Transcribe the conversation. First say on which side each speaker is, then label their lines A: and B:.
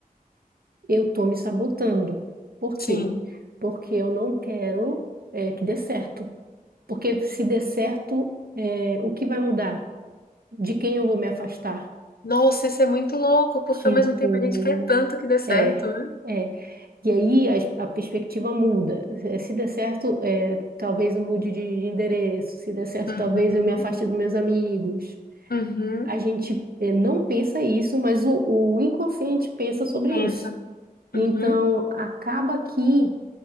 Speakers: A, on the right; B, on the left.
A: eu tô me sabotando. Por quê?
B: sim.
A: Porque eu não quero é, que dê certo. Porque se der certo, é, o que vai mudar? De quem eu vou me afastar?
B: Nossa, isso é muito louco, porque
A: Tipo,
B: ao mesmo tempo a gente quer tanto que dê certo,
A: é,
B: né?
A: é. E aí a, a perspectiva muda. Eh, Se der certo, eh, talvez eu mude de endereço. Se der certo,
B: Uhum,
A: talvez eu me afaste dos meus amigos.
B: uhum,
A: A gente, eh, não pensa isso, mas o, o inconsciente pensa sobre
B: pensa,
A: isso. Então,
B: uhum,
A: acaba que